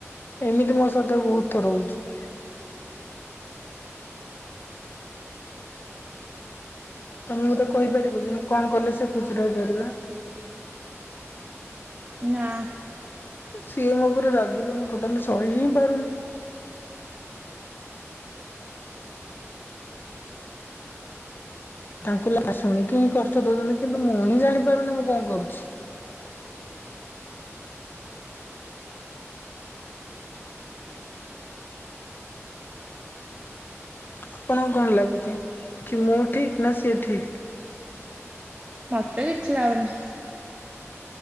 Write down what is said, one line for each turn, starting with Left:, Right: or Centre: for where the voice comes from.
Left: ଏମିତି ମୋ ସାତ ବହୁତ ଥ ରହୁଛି। ତମେ ମ ତେ କହିପାରିବ କି ମୁଁ କଣ କଲେ ସେ ଖୁସି ରହିପାରିବା।
Right: ନା
Left: ସିଏମ ଉପରେ ଲଗିଲେ ମୁଁ ଟୋଟାଲି ସହି ହି ପାରୁନି। ତାଙ୍କୁ ଲ ଶୁଣିକି ହିଁ କଷ୍ଟ ଦଉଛନ୍ତି କିନ୍ତୁ ମୁଁ ହିଁ ଜାଣିପାରୁନି ମୁଁ କଣ କରୁଛି। ଆପଣଙ୍କୁ କଣ ଲାଗୁଛି କି ମୁଁ ଠିକ ନା ସିଏ ଠିକ?
Right: ମତେ କିଛି ଲାଗନି